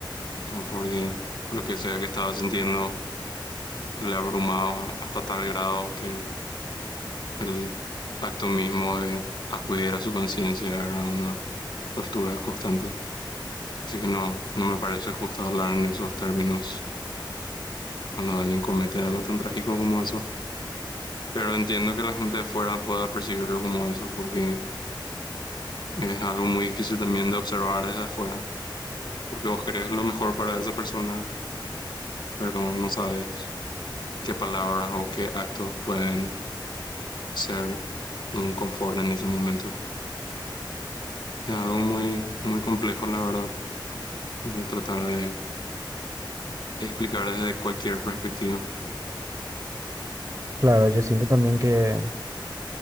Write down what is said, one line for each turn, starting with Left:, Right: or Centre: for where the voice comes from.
Left: eh, porque lo que sea que estaba sintiendo le abrumaba hasta tal grado que el acto mismo de acudir a su conciencia era una tortura constante. Así que no, no me parece justo hablar en esos términos cuando alguien comete algo tan trágico como eso. Pero entiendo que la gente de afuera pueda percibirlo como eso, porque es algo muy difícil también de observar desde afuera, porque vos querés lo mejor para esa persona, pero no sabes qué palabras o qué actos pueden ser un confort en ese momento. Es algo muy, muy complejo, la verdad, de tratar de explicar desde cualquier perspectiva.
Right: Claro, yo siento también que